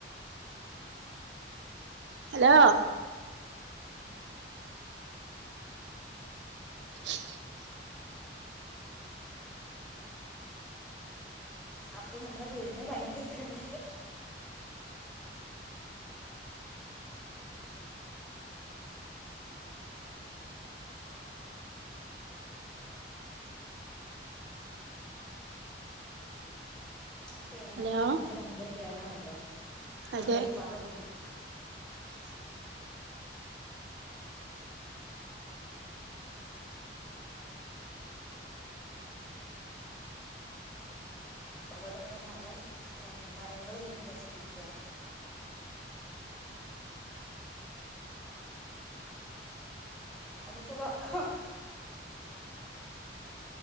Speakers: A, on the right; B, in the centre.
A: ഹലോ <unintelligible>
B: അപ്പൊ ഞമ്മളെ വീടിന് ഭയങ്കര കേട അപ്പ
A: ഹലോ
B: വീടിനന് ഭയങ്കര കേടാണല്ലോ നമ്മള
A: അതെ
B: ഈ പാറ പൊട്ടിക്ക- അപ്പൊ <unintelligible> മരങ്ങൾ വെട്ടി നശിപ്പിക്കാം അത്ക്കപ്പ <unintelligible>